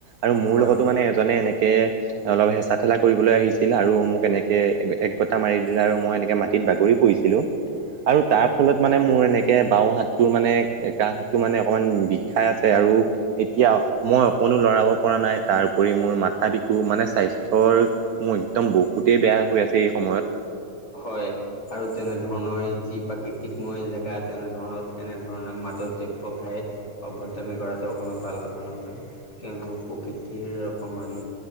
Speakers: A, on the right; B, on the left.
A: আৰু
B: হয়
A: মোৰ লগতো মানে এজনে এনেকৈ অলপ হেঁচা ঠেলা কৰিবলৈ আহিছিল আৰু মোক এনেকে এক গটা মাৰি দিলে আৰু মই এনেকে মাটিত বাগৰি পৰি দিলো। আৰু তাৰ
B: হয়
A: ফলত মানে মোৰ এনেকে বাওঁ হাতটোৰ মানে কাণ্ডটো মানে অকমান বিষাই আছে আৰু এতিয়া মই অকণো লৰাব পৰা নাই তাৰপৰি মোৰ মাথা বি মানে স্বাস্থ্যৰ মোৰ একদম বহুতেই বেয়া হৈ আছে এই সময়ত।
B: হয় আৰু তেনে ধৰণৰ যি প্ৰাকৃতিকময় জেগা তেনেধৰণত এনেধৰণৰ মাদক দ্ৰব্য খাই বদনামি কৰাটো অকণো ভাল কথা নহয়। কিয়নো প্ৰকৃতিৰ অকণমান